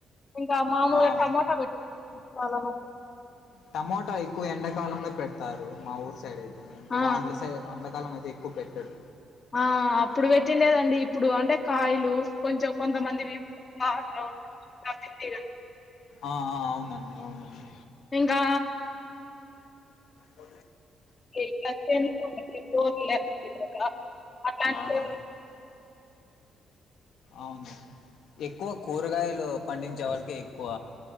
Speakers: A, on the left; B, on the left.
A: ఇంకా మామూలుగ
B: ఆ.
A: టమోటా పెట్ చాలా మంది
B: టమోటా ఎక్కువ ఎండాకాలంలో పెడతారు మా ఊరు సైడ్ అయితే ఇంకా
A: ఆ
B: వానల సై వానలకాలమయితే ఎక్కువ పెట్టడు
A: ఆ అప్పుడు పెట్టిండేదండి ఇప్పుడు అంటే కాయలు కొంచెం కొంతమంది వి <inaudible> అట్ల <inaudible>
B: ఆ ఆ అవునండి అవునండి
A: ఇంకా
B: అ
A: <unintelligible> అట్లాంటి
B: ఆహా
A: కూరలు
B: అవును ఎక్కువ కూరగాయలు పండించే వాళ్ళకి ఎక్కువ